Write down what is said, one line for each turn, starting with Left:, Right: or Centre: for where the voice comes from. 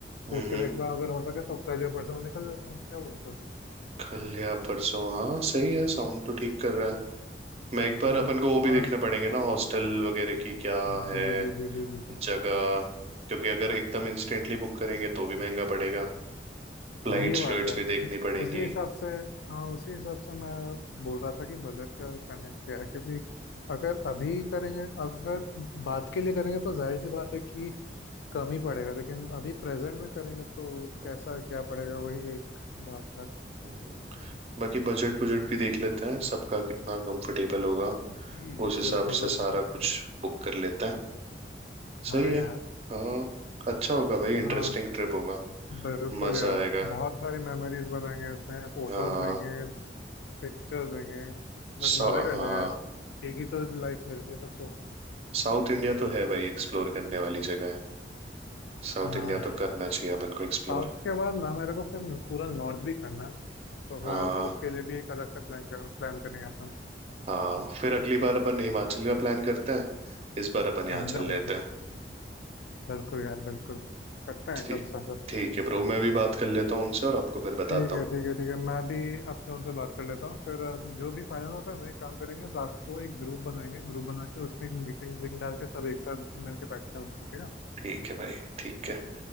Right: हम्म
Left: पूछ के देखता हूँ अगर हो सके तो कल या परसों में निकल जाते हैं क्या बोलते हो
Right: कल या परसों हाँ सही है साउंड तो ठीक कर रहा है मैं एक बार
Left: हम्म
Right: अपन को वो भी देखने
Left: और
Right: पड़ेंगे ना हॉस्टल वगैरह की क्या है
Left: जी जी जी जी जी जी।
Right: जगह क्योंकि अगर एकदम इंस्टेंटली बुक करेंगे तो भी महंगा पड़ेगा फ्लाइट्स
Left: वही बात
Right: फ्लाइट्स
Left: है
Right: भी देखनी पड़ेंगी
Left: उसी हिसाब से हाँ उसी हिसाब से मैं बोल रहा था कि बजट का करने क्या है क्योंकि अगर अभी करेंगे अगर बात के लिए करेंगे तो जाहिर सी बात है कि कम ही पड़ेगा लेकिन अभी प्रेजेंट में करेंगे तो
Right: हम्म,
Left: कैसा क्या पड़ेगा वही एक बात है
Right: हम्म। बाकी बजट बजट भी देख लेते हैं सबका कितना कंफर्टेबल होगा
Left: जी
Right: उस हिसाब
Left: बिल्कुल
Right: से
Left: बिल्कुल
Right: सारा
Left: बिल्कुल।
Right: कुछ बुक कर लेते हैं
Left: हाँ
Right: सही है
Left: यार
Right: हाँ अच्छा होगा भाई इंटरेस्टिंग
Left: हाँ
Right: ट्रिप होगा
Left: बिल्कुल
Right: मजा
Left: यार
Right: आएगा
Left: बहुत सारी मेमोरीज बनाएंगे इसमें फोटोज
Right: हाँ
Left: लेंगे पिक्चर्स लेंगे बस
Right: सा-
Left: मजे करना
Right: हाँ
Left: है यार एक ही तो लाइफ मिलती है सबको
Right: साउथ इंडिया तो है भाई एक्सप्लोर करने वाली जगह है साउथ
Left: हाँ
Right: इंडिया तो करना चाहिए अपन को एक्सप्लोर
Left: साउथ के बाद ना मेरे को फिर पूरा नॉर्थ भी करना है तो फिर
Right: हाँ
Left: उसके लिए भी एक अलग से प्लान कर प्लान करेंगे अपन
Right: हाँ फिर अगली बार अपन हिमाचल का प्लान करते हैं इस बार अपन यहाँ
Left: एकदम
Right: चल लेते
Left: एकदम
Right: हैं
Left: बिल्कुल यार बिल्कुल करते हैं
Right: ठीक
Left: कब सा सा
Right: ठीक है ब्रो मैं भी बात कर लेता हूँ उनसे और आपको फिर बताता
Left: ठीक
Right: हूँ
Left: है ठीक है ठीक है मैं भी अपने उनसे बात कर लेता हूँ फिर अ, जो भी फाइनल होता है ना एक काम करेंगे रात को एक ग्रुप बनाएंगे ग्रुप बना के उसमें एक मीटिंग लिंक डाल के सब एक साथ मिलके बैठते हैं उसमें ठीक है
Right: ठीक है भाई ठीक है